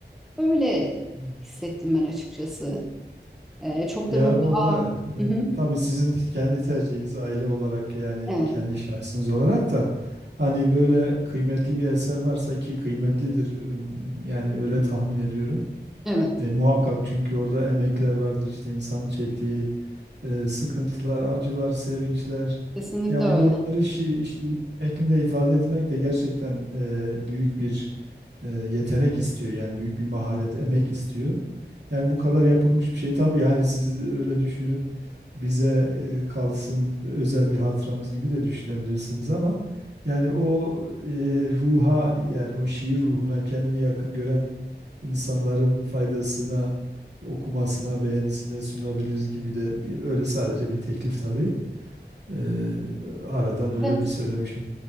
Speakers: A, in the centre; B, on the right (about 75°).
A: Öyle
B: Evet.
A: hissettim ben açıkçası. E, çok
B: Ya
A: da böyle
B: orada
A: aa, hı hı,
B: e, tabii sizin kendi tercihiniz aile olarak yani
A: evet,
B: kendi şahsınız olarak da hani böyle kıymetli bir eser varsa ki kıymetlidir e, yani öyle tahmin ediyorum.
A: evet,
B: E, muhakkak çünkü orada emekler vardır işte insanın çektiği e, sıkıntılar, acılar, sevinçler.
A: kesinlikle
B: Ya onları
A: öyle.
B: şi şiir şeklinde ifade etmek de gerçekten e, büyük bir e, yetenek istiyor. Yani büyük bir maharet, emek istiyor. Yani bu kadar yapılmış bir şey tabii yani siz öyle düşünüp bize e, kalsın özel bir hatıramız gibi de düşünebilirsiniz ama yani o e, ruha yani o şiir ruhuna kendini yakın gören insanların faydasına okumasına beğenisine sunabiliriz gibi de bir, öyle sadece bir teklif tabii. E, aradan öyle
A: Evet,
B: bir söylemiş